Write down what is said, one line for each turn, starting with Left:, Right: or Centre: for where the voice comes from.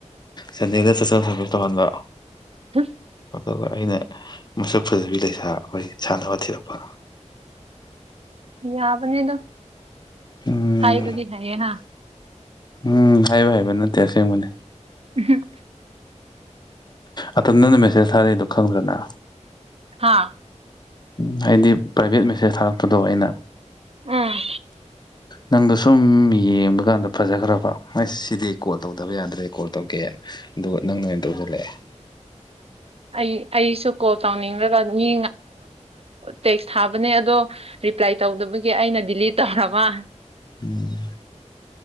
Left: ꯁꯟꯗꯦꯗ ꯁꫭꯁꯦꯜ ꯁꯔꯚꯤꯁ ꯇꯧꯍꯟꯕ꯫
Right: <inaudible>
Left: ꯑꯗꯨꯒ ꯑꯩꯅ ꯃꯁꯛ ꯐꯖꯕꯤ ꯂꯩꯁꯥ ꯑꯩꯈꯣꯏ ꯁꯥꯟꯅꯕ ꯊꯤꯔꯛꯄ꯫
Right: ꯌꯥꯕꯅꯤꯗ
Left: ꯎꯝ
Right: ꯍꯥꯏꯕꯗꯤ ꯍꯩꯌꯦ ꯍꯥ꯫
Left: ꯎꯝ ꯍꯥꯏꯕ ꯍꯩꯕ ꯅꯠꯇꯦ ꯑꯁꯦꯡꯕꯅꯦ꯫
Right: ꯎꯝ
Left: ꯑꯇ ꯅꯪꯅ ꯃꯦꯁꯦꯁ ꯊꯥꯔꯔꯤꯗꯣ ꯈꯪꯈ꯭ꯔꯅ
Right: ꯍꯥꯥ
Left: ꯎ ꯍꯥꯏꯗꯤ ꯄ꯭ꯔꯥꯏꯚꯦꯠ ꯃꯦꯁꯦꯁ ꯊꯥꯔꯛꯄꯗꯣ ꯑꯩꯅ
Right: ꯑꯥ
Left: ꯅꯪꯗꯣ ꯁꯨꯝ ꯌꯦꯡꯕ ꯀꯥꯟꯗ ꯐꯖꯈ꯭ꯔꯕ ꯑꯁ ꯁꯤꯗꯤꯩ ꯀꯣꯜ ꯇꯧꯦ ꯇ ꯇꯕ ꯌꯥꯗ꯭ꯔꯦ ꯀꯣꯜ ꯇꯧꯒꯦꯅ ꯑꯗꯨꯒ ꯅꯪ ꯅ ꯑꯣꯏꯅ ꯇꯧꯁꯤꯜꯂꯛꯑꯦ
Right: ꯑꯩ ꯑꯩꯁꯨ ꯀꯣꯜ ꯇꯧꯅꯤꯡꯂꯒ ꯃꯤ ꯇꯦꯛꯁ ꯊꯥꯕꯅꯦ ꯑꯗꯣ ꯔꯤꯄ꯭ꯂꯥꯏ ꯇꯧꯗꯕꯒꯤ ꯑꯩꯅ ꯗꯤꯂꯤꯠ ꯇꯧꯔꯕ
Left: ꯎꯝ